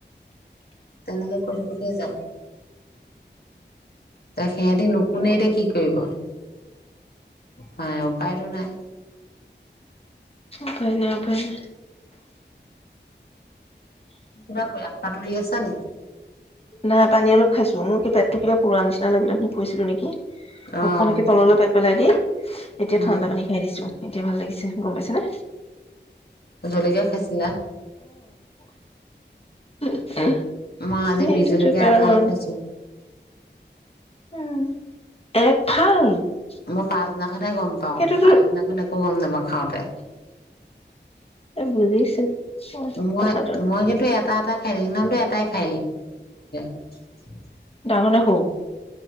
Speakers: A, on the left (about 55°); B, on the left (about 30°).
A: তেনেকে কৈ থাকোতেই যাব। ত সেহেতে নুশুনে এতিয়া কি কৰিব, নাই উপায়টো নাই।
B: উপায় নাই উপায় নাই
A: <unintelligible> আশা কৰি আছা নে
B: নাই পানী অলপ খাইছো। পেটটো কিবা পোৰা নিচিনা লাগিলে মই কৈছিলো নেকি?
A: অ',
B: <unintelligible> পেলাই দি এতিয়া
A: উম,
B: ঠাণ্ডা পানী খাই দিছো। এতিয়া ভাল লাগিছে গম পাইছে নে!
A: জলকীয়া খাইছিলা?
B: <unintelligible>
A: মই
B: <inaudible>
A: আজি বিহ জলকীয়া
B: কাৰণ
A: এফাল খাইছো।
B: <unintelligible>
A: <unintelligible> আধা গম পাওঁ,
B: সেইটোতো
A: তাৰ আগদিনাখন <inaudible> খাওঁতে,
B: বুজিছো
A: মই-মই
B: কথাটো
A: কিন্তু এটা-এটা <unintelligible> <inaudible>
B: ডাঙৰ নে সৰু?